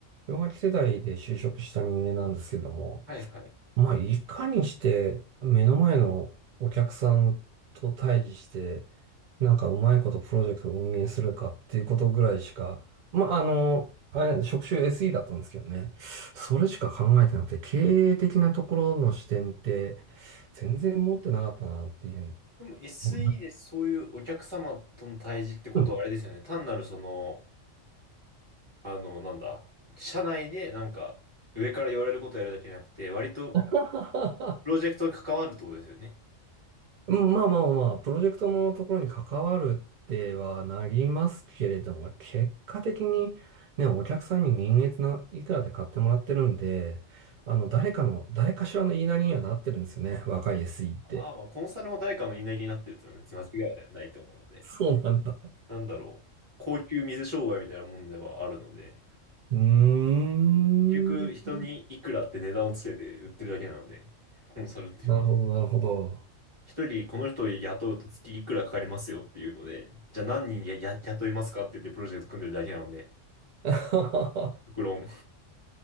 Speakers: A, on the right (about 75°); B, on the right (about 25°).
A: 氷河期世代で就職した人間なんですけども、
B: はいはい。
A: まあ、いかにして目の前のお客さんと対峙して、なんかうまいことプロジェクトを運営するかっていうことぐらいしか、まあ、あの、あれ、職種 SE だったんですけどね。それしか考えてなくて、経営的なところの視点って全然持ってなかったなっていう。
B: でも SE
A: う
B: でそういうお客様との対峙ってことはあれですよね。
A: ん。
B: 単なるその、あの、なんだ、社内でなんか上から言われることをやるだけじゃなくて、割と
A: <laughs>
B: プロジェクトに関わるってことですよね。
A: うんまあまあまあ、プロジェクトのところに関わるってはなりますけれども、結果的にね、お客さんに人月ないくらで買ってもらってるんで、あの、誰かの、誰かしらの言いなりにはなってるんですよね。若い SE って。
B: ああ、まあコンサルも誰かの言いなりになってるっていうのは別に間違いではないと思うので。
A: <laughs> そうなんだ。
B: なんだろう、高級水商売みたいなもんではあるので、
A: うーん。
B: 結局人にいくらって値段をつけて売ってるだけなので、コンサルっていうのは。
A: なるほど、なるほど。
B: 一人この人を雇うと月いくらかかりますよっていうので、じゃあ何人や、や、雇いますかって言ってプロジェクト組んでるだけなので、
A: <laughs>
B: 極論、